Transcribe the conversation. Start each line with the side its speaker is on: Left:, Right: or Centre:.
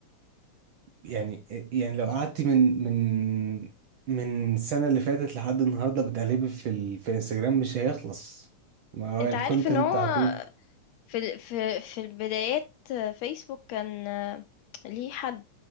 Right: يعني يعني لو قعدتي من من من السنة اللي فاتت لحد النهاردة بتقلبي في ال... في انستجرام مش هيخلص ما هو
Left: انت
Right: الكونتنت
Left: عارف ان هو
Right: على طول
Left: في ال... في في البدايات فيسبوك كان ليه حد